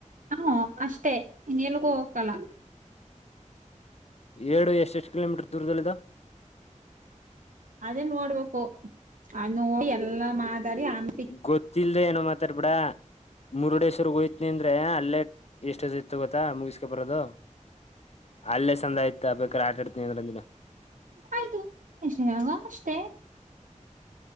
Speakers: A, on the right (about 80°); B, on the left (about 55°).
A: ಹಾ ಅಷ್ಟೇ ಇನ್ ಎಲ್ಗೂ ಹೋಗಕಲ್ಲ
B: ಹೇಳು ಎಷ್ಟು ಎಷ್ಟುಕಿಲೋಮೀಟ್ರ ದೂರದಲ್ಲಿದ್ದವು
A: ಅದೇ ನೋಡ್ಬೇಕು ಅದು ನೋಡಿ ಎಲ್ಲಾ ಮಾತಾಡಿ ಆಮ
B: ಗೊತ್ತಿಲ್ದೆ ಏನೋ ಮಾತಾಡ್ಬಿಡ ಮುರುಡೇಶ್ವರಿಗ್ ಹೋಯ್ನ ಅಂದ್ರೆ ಅಲ್ಲೇ ಎಷ್ಟದ್ ಇತ್ತು ಗೊತ್ತಾ ಮುಗಿಸಕ ಬರೋದು ಅಲ್ಲೇ ಚಂದ ಆಯ್ತ ಬೇಕಾದಾರೆ ಆಟಾಡ್ತೀನಿ ಅಂದರಂಜನ
A: ಆಯ್ತುಾಗ ಅಷ್ಟೇ <unintelligible>